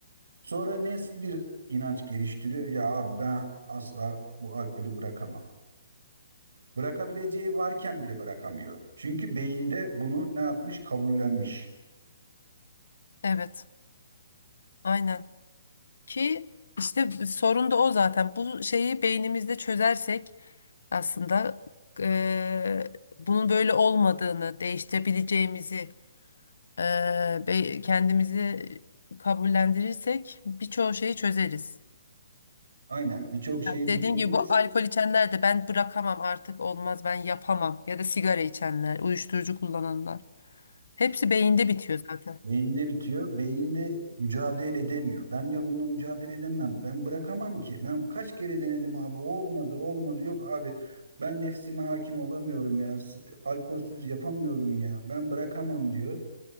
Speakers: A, on the right (about 80°); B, on the left (about 75°).
A: Sonra nasıl bir inanç geliştiriyor? Ya abi ben asla bu alkolü bırakamam. Bırakabileceği varken bile bırakamıyor. Çünkü beyinde bunu ne yapmış? Kabullenmiş.
B: Evet, aynen. Ki işte sorun da o zaten. Bu şeyi beynimizde çözersek aslında eee, bunun böyle olmadığını, değiştirebileceğimizi eee, be- kendimizi kabullendirirsek birçoğu şeyi çözeriz.
A: Aynen. Birçok şeyi
B: Dediğim
A: düşünebiliriz.
B: gibi bu alkol içenler de ben bırakamam artık olmaz ben yapamam ya da sigara içenler, uyuşturucu kullananlar. Hepsi beyinde bitiyor zaten.
A: Beyinde bitiyor. Beyinde mücadele edemiyor. Ben diyor bununla mücadele edemem. Ben bırakamam ki. Ben kaç kere denedim abi. Olmadı, olmadı. Yok abi. Ben nefsime hakim olamıyorum ya. S- Alkolsüz yapamıyorum ya. Ben bırakamam diyor.